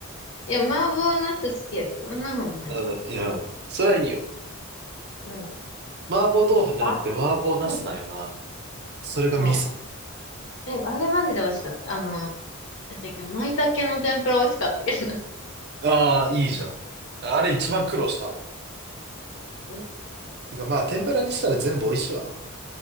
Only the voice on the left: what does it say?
いや、麻婆茄子好きやけどな、ほんまに。
うん。
あ、うん
そう。え、あれマジで美味しかった。あの、なんだ舞茸の天ぷら美味しかったけどな。<laughs>
そうそ